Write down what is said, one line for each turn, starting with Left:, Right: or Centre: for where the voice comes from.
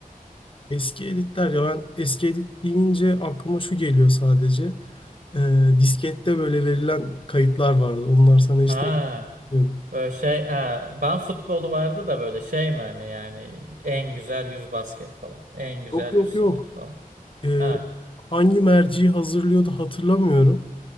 Left: Eski editler ya ben eski edit deyince aklıma şu geliyor sadece. E, diskette böyle verilen kayıtlar vardı. Onlar sana hiç
Right: Ha,
Left: denk gelmiyorum.
Right: böyle şey, ha, ben futbolu vardı da böyle şey mi hani yani en güzel 100 basket falan. En güzel
Left: Yok yok
Right: 100
Left: yok.
Right: smaç falan.
Left: E,
Right: Ha.
Left: hangi merci hazırlıyordu hatırlamıyorum.